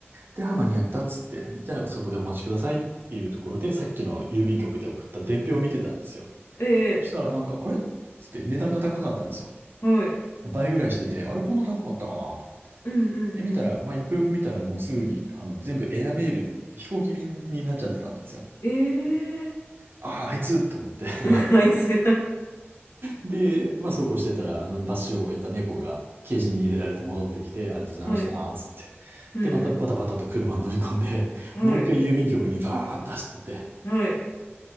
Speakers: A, on the right (about 55°); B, on the left (about 65°).
A: で、あ、間に合ったっつって、じゃあそこでお待ちくださいっていうところで、さっきの郵便局で送った伝票を見てたんですよ。
B: え
A: そしたらなんか、あれっつって値段が高かったんですよ。
B: ー、はい。
A: 倍ぐらいしてて、あれこんな高かったかなと思って。
B: うんうんうん。
A: で、見たら、まあ、よくよく見たらもうすぐに、あの、全部エアメール、飛行機便になっちゃってたんですよ。
B: えー、
A: ああ、あいつと思って <laughs>
B: <laughs> あいつ。
A: で、まあ、そうこうしてたら、あの、罰を終えた猫が、ケージに入れられて戻ってきて、ありがとうございました、
B: はい。
A: つって。
B: うんうん
A: で、またバタバタと車に乗り込んで、
B: はい、
A: もう一回郵便局にバーッと走ってて。
B: はい、